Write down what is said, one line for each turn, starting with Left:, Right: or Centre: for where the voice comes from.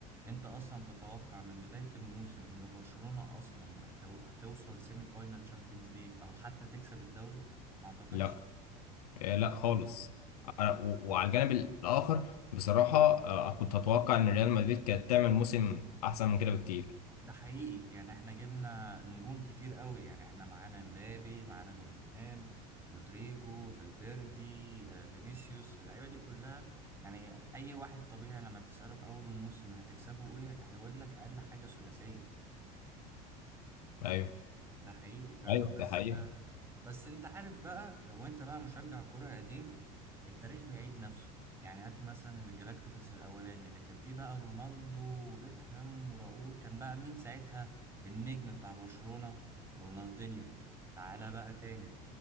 Right: انت اصلا تتوقع من بداية الموسم ان برشلونة اصلا هتو... هتوصل سيمي فاينال تشامبيونز ليج او حتى تكسب الدوري ما اعتقدش
Left: لا آه، لا خالص آه، و- وعلى الجانب الاخر بصراحة آه، كنت اتوقع ان ريال مدريد كانت تعمل موسم احسن من كده بكتير
Right: ده حقيقي يعني احنا جبنا نجوم كتير قوي يعني احنا معانا مبابي معانا بلينجهام رودريجو فالفيردي آه، فينيسيوس اللعيبة دي كلها يعني اي واحد طبيعي لما تسأله في اول الموسم هتكسبه ايه هيقول لك اقل حاجة سداسية
Left: ايوه
Right: ده حقيقي فعلا
Left: ايوه
Right: بس
Left: ده حقيقة
Right: بس انت عارف بقى لو انت بقى مشجع كرة قديم التاريخ بيعيد نفسه يعني هات مثلا الجلاكتيكوس الاولاني اللي كان فيه بقى رونالدو وبيكهام وراؤول كان بقى مين ساعتها النجم بتاع برشلونة رونالدينيو تعالى بقى تاني